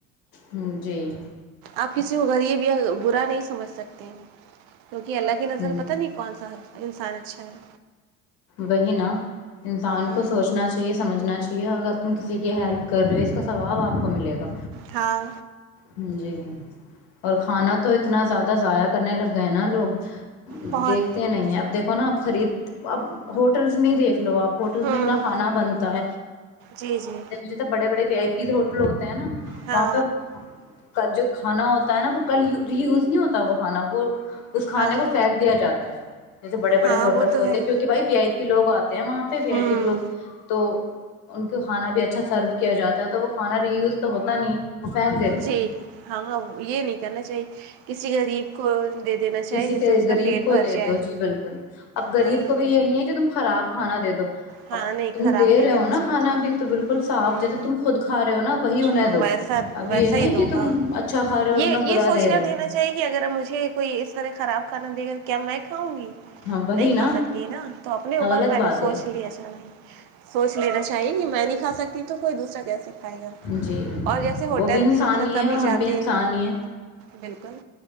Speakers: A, on the left; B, on the right.
A: ہوں، جی
B: آپ کسی کو غریب یا برا نہیں سمجھ سکتے ہیں کیوںک اللہ کی نظر
A: ہوں
B: پتہ نہیں کون سا انسان اچھا ہے
A: بہنا <unintelligible> انسان
B: ہاں
A: کو سوچنا چاہیے سمجھنا چاہیے اگر تم کسی کی ہیلپ کر رہے ہو اس کا واب آپ کو ملے گا
B: ہاں
A: جی <unintelligible> اور کھانا تو اتنا زیادہ ضائع کرنے لگ گئے ہیں نا لوگ
B: بہت
A: دیکھتے نہیں اب دیکھو نا آپ خرید اب <unintelligible> ہوٹلس نہیں دیکھ لو آپ ہوٹلس
B: ہوں
A: میں اتنا کھانا بنتا ہے
B: جی جی
A: جیسے بڑے بڑے وی آئی پی ہوٹل ہوتے ہیں نا
B: ہاں
A: وہاں پہ ک جو کھانا ہوتا ہے نا وہ کلوی یوز نہیں ہوتا ہے وہ کھانا وہ اس کھانے
B: ہاں
A: کو پھینک دیا جاتا ہے جیسے بڑے
B: ہاں
A: بڑے ہوٹلس
B: وہ تو
A: ہوتے
B: ہے
A: ہیں کیونکہ بھائی وی آئی پی لوگ آتے وہاں پہ بھی
B: ہوں
A: آئی پی لوگ تو ان <unintelligible> تو کھانا بھی اچھا سرو کیا جاتا ہے تو وہ کانا ری یوز تو ہوتا نہیں وہ پھینک دیتے
B: جی
A: ہیں
B: ہاں یہ نہیں کرنا چاہیے کسی غریب کو دے دینا چاہیے
A: کسی
B: جس
A: کے
B: سے اس کا
A: غریب
B: پیٹ
A: کو
B: بھر
A: دے
B: جائے
A: دو جی بالکل اب غریب
B: ہاں
A: کو بھی یہ نہیں ہے کہ تم خراب کھانا دے دو
B: ہاں
A: اب
B: نہیں
A: تم
B: خراب
A: دے
B: نہیں
A: رہے
B: دینا
A: ہو نا
B: چاہیے
A: کھانا بھی تو بالکل صاف
B: ہوں
A: جیسے تم خود کھا رہے ہو نا وہی انہیں
B: ہاں
A: دو
B: ویسا
A: اب
B: ویسا
A: یہ نہیں
B: ہی
A: کہ
B: دو
A: تم
B: ہاں
A: اچھا کھا رہے ہو اور
B: یہ
A: انہیں
B: یہ
A: برا
B: سوچ
A: دے
B: کر
A: رہے
B: دینا
A: ہو
B: چاہیے کہ اگر کوئی اس طرح خراب کھانا دکر کیا میں کھاؤں گی
A: ہاں وہی
B: نہیں کھا سکتی ہے نا تو اپنے اوپر
A: غلط
B: پہلے
A: بات
B: سوچ
A: ہے
B: لیے سوچ لینا چاہیے کہ میں نہیں کا کھا سکتی تو کوئی دوسرا کیسے کھا سکتی
A: جی
B: اور جیسے ہوٹل
A: وہ بھی انسان
B: میں ہم لوگ
A: ہی
B: کبھی
A: ہے اور ہم
B: جاتے
A: بھی انسان
B: ہیں
A: ہی
B: بالکل